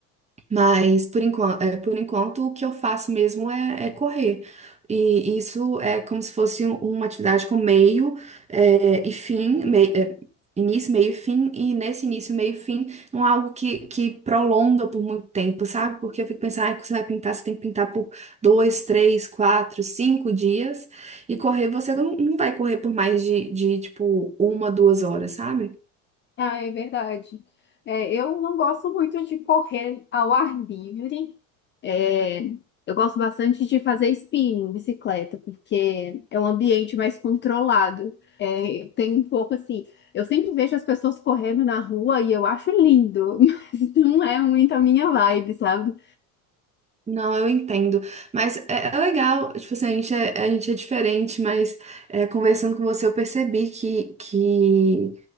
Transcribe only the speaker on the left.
Ah, é verdade. É, eu não gosto muito de correr ao ar livre. É, eu gosto bastante de fazer spinning, bicicleta, porque é um ambiente mais controlado. É, tem um pouco assim. Eu sempre vejo as pessoas correndo na rua e eu acho lindo, <laughs> mas não é muito a minha vibe, sabe?